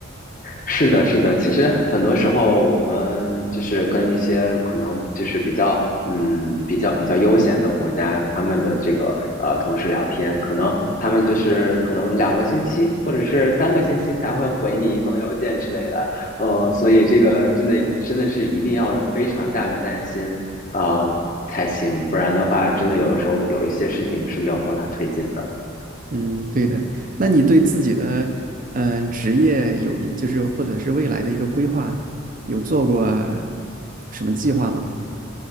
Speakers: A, on the left; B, on the right.
A: 是的，是的。其实很多时候，我们就是跟一些可能就是比较嗯比较比较悠闲的国家，他们的这个呃同事聊天，可能他们就是可能两个星期或者是三个星期才会回你一封邮件之类的。呃，所以这个真的真的是一定要有非常大的耐心啊，呃，才行，不然的话，真的有的时候有一些事情是没有办法推进的。
B: 嗯，对的。那你对自己的嗯、呃职业有一就是或者是未来的一个规划，有做过什么计划吗？